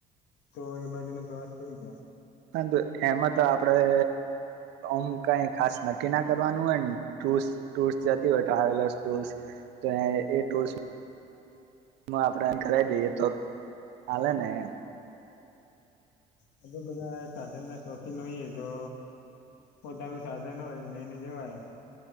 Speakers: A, on the left; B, on the right.
A: તો એ બાજુ નો પ્રવાસ થઇ જાય..
B: પરંતુ એમાં તો આપણે આમ્ કંઈ ખાસ નક્કી ના કરવાનું હોય ને. ટુર્સ ટુર્સ જતી હોય ટ્રાવેલર્સ ટુર્સ તો એ ટુર્સ માં આપણે કરાવી દઈએ તો હાલે ને એમ...
A: હવે, બધા સાધન ના શોખીન હોયએ તો પોતાનું સાધન હોય લઈને જવાય..